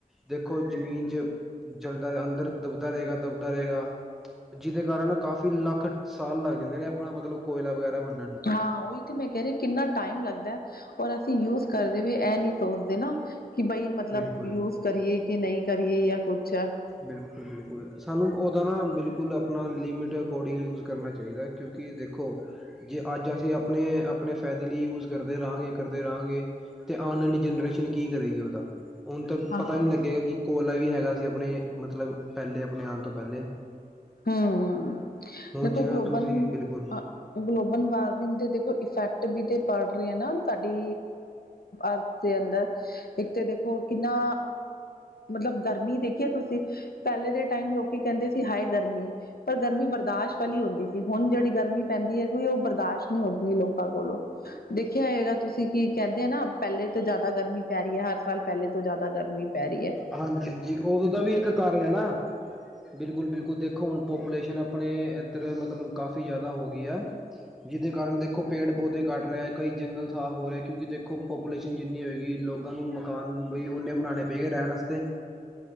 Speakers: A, in the centre; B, on the left (about 85°).
A: ਦੇਖੋ ਜਮੀਨ ਚ ਜਲਦਾ ਅੰਦਰ ਦੱਬਦਾ ਰਹੇਗਾ ਦੱਬਦਾ ਰਹੇਗਾ ਜਿਹਦੇ ਕਾਰਨ ਕਾਫ਼ੀ ਲੱਖ ਸਾਲ ਲੱਗ ਜਾਂਦੇ ਨੇ ਆਪਣਾ ਮਤਲਬ ਕੋਇਲਾ ਵਗੈਰਾ ਬਣ
B: ਹਾਂ ਉਹੀ ਤੇ ਮੈਂ ਕਹਿ ਰਹੀ ਕਿੰਨਾ ਟਾਈਮ ਲੱਗਦਾ ਔਰ ਅਸੀਂ ਯੂਜ ਕਰਦੇ ਹੋਏ ਇਹ ਨਹੀਂ ਸੋਚਦੇ ਨਾ ਕਿ ਬਈ ਮਤਲਬ
A: ਬਿਲਕੁਲ
B: ਯੂਜ ਕਰੀਏ ਕਿ ਨਹੀਂ ਕਰੀਏ ਜਾਂ ਕੁੱਛਾ <unintelligible>
A: ਬਿਲਕੁਲ ਬਿਲਕੁਲ ਸਾਨੂੰ ਉਹਦਾ ਨਾ ਬਿਲਕੁਲ ਆਪਣਾ ਲਿਮਿਟ ਅਕੋਰਡਿੰਗ ਯੂਜ ਕਰਨਾ ਚਾਹੀਦਾ ਕਿਉਂਕਿ ਦੇੋਖੋ ਜ ਅੱਜ ਅਸੀਂ ਆਪਣੇ ਆਪਣੇ ਫਾਇਦੇ ਲਈ ਯੂਜ ਕਰਦੇ ਰਹਾਂਗੇ ਕਰਦੇ ਰਹਾਂਗੇ ਤੇ ਆਉਣ ਆਲੀ ਜਨਰੇਸ਼ਨ ਕੀ ਕਰੇਗੀ ਉਹਦਾ ਹੁਣ ਤਾਂ
B: ਹਾਂ
A: ਪਤਾ
B: ਹਾਂ
A: ਨੀ ਲੱਗੇਗਾ ਕਿ ਕੋਲ ਆਈ ਹੈਗਾ ਅਸੀ ਆਪਣੇ ਮਤਲਬ ਪਹਿਲੇ ਆਪਣੇ ਆਉਣ ਤੋਂ ਪਹਿਲੇ
B: ਹਂ
A: ਹੁਣ
B: ਦੇਖੋ
A: ਜਿਵੇਂ
B: ਗਲੋਬਲ
A: ਤੁਸੀਂ ਬਿਲਕੁਲ
B: ਅ ਗਲੋਬਲ ਵਾਰਮਿੰਗ ਦੇ ਦੇਖੋ <unintelligible> ਫੈਕਟ ਵੀ ਤੇ ਪੜ ਰੇ ਆ ਨਾ। ਸਾਡੀ ਅਰਥ ਦੇ ਅੰਦਰ ਇੱਕ ਤੇ ਦੇਖੋ ਕਿੰਨਾ ਮਤਲਬ ਗਰਮੀ ਦੇਖੀਏ ਤੁਸੀ ਪਹਿਲੇ ਦੇ ਟਾਈਮ ਲੋਕੀ ਕਹਂਦੇ ਸੀ ਹਾਏ ਗਰਮੀ। ਪਰ ਗਰਮੀ ਬਰਦਾਸ਼ ਵਾਲੀ ਹੋਂਦੀ ਸੀ ਹੁਣ ਜੇੜੀ ਗਰਮੀ ਪੈਂਦੀ ਏ। ਓ ਈਓ ਬਰਦਾਸ਼ਤ ਨਹੀਂ ਹੋਂਦੀ ਲੋਕਾਂ ਕੋਲੋਂ ਦੇਖ ਦੇਖਿਆ ਹੋਗਾ ਤੁਸੀ ਕੀ ਕਹੰਦੇ ਆ ਨਾ ਪਹਿਲੇ ਤੋਂ ਜਾਦਾ ਗਰਮੀ ਪੈ ਰਹੀ ਹੈ ਹਰ ਸਾਲ ਪਹਿਲੇ ਤੋਂ ਜਾਦਾ ਗਰਮ ਮੀ ਪੈਰੀ।
A: ਹਾਂਜੀ ਹਾਂਜੀ ਓਦਾ ਵੀ ਏਕ ਕਾਰਨ ਹੈ ਨਾ ਬਿਲਕੁਲ ਬਿਲਕੁਲ ਦੇਖੋ ਹੁਣ ਪੋਪੂਲੇਸ਼ਨ ਐ ਅਪਣੇ ਇੱਧਰ ਮਤਲਬ ਕਾਫੀ ਜਾਦਾ ਹੋ ਗਈ ਹੈ ਜਿਹਦੇ ਕਾਰਨ ਦੇਖੋ ਪੇੜ ਪੌਦੇ ਕੱਟ ਰਹੇ ਕਈ ਜੰਗਲ ਸਾਫ਼ ਹੋ ਰਹੇ ਕਿਉਂਕਿ ਦੇਖੋ ਪੋਪੂਲੇਸ਼ਨ ਜਿੰਨੀ ਹੋਏਗੀ ਲੋਕਾਂ ਨੂੰ ਮਕਾਨ ਵੀ ਓਨੇ ਬਣਾਣੇ ਪੇਗੇ ਰਹਣ ਵਾਸਤੇ ਤੇ